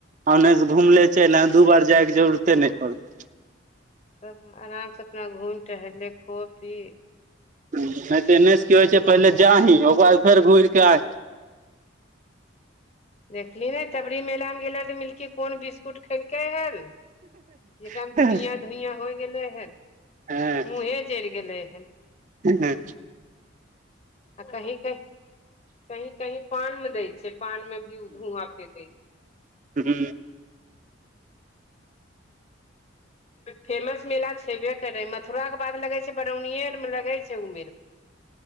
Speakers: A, on the right (about 40°); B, on the left (about 30°).
A: अने घुमले
B: हँ
A: चलि आ दू बार जाइके जरुरते नहि पड़तै
B: तब आरामसँ अपना घुमि टहल ले खो पी
A: नहि तऽ एन्ने से क होइ छै पहिले जाीं ओकर बाद फेर घुरिके आइ
B: देखली ने तबरी मेलामे गेलक तऽ मिलकी कोन बिस्कुट खेलकै हल जेकरामे
A: आही
B: धुइया धुइया होइ गेलै हन
A: हँ
B: मुँहे जरि गेलै हन
A: हँ हँ
B: आ कही कह कहीं कहीं पान में दय छै पान में भी ओ धुआं फेेक छै
A: हू
B: ह फेमस मेला छेबे करै मथुरा के बाद लगे छै बरौनिये मतल